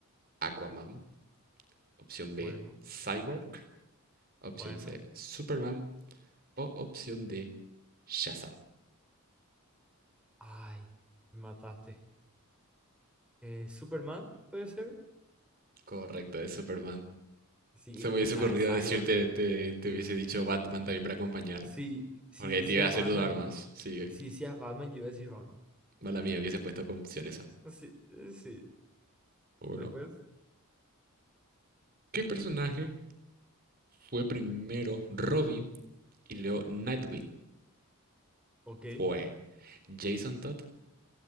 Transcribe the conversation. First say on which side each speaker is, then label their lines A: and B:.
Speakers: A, on the right; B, in the centre.
A: Aquaman. Opción B,
B: bueno,
A: Cyborg. Opción
B: bueno.
A: C, Superman. o opción D, Shazam.
B: Ay, me mataste. Eh, ¿Superman puede ser?
A: Correcto, es Superman.
B: Sí,
A: Se
B: es
A: me
B: que
A: hubiese
B: pensaba
A: ocurrido
B: en Cyborg.
A: decirte, te, te hubiese dicho Batman también para acompañar.
B: Sí, si
A: Porque
B: decías
A: te iba a hacer
B: Batman,
A: dudar
B: y-
A: más. Sigue.
B: si decías Batman, yo iba a decir Batman.
A: Mala mía, hubiese puesto como opción esa.
B: Sí, eh, sí.
A: Uno.
B: Después,
A: ¿Qué personaje fue primero Robin y luego Nightwing?
B: ok,
A: ¿Fue Jason Todd?